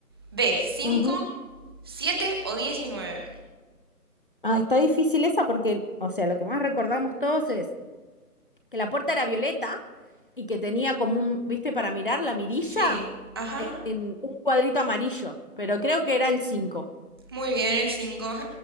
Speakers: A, on the right; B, on the left.
A: B. Cinco,
B: Ujú.
A: 7 o 19.
B: Ah, está difícil esa porque, o sea, lo que más recordamos todos es que la puerta era violeta y que tenía como un, viste, para mirar la mirilla
A: Sí, ajá.
B: en, en un cuadrito amarillo, pero creo que era el 5.
A: Muy bien, el 5.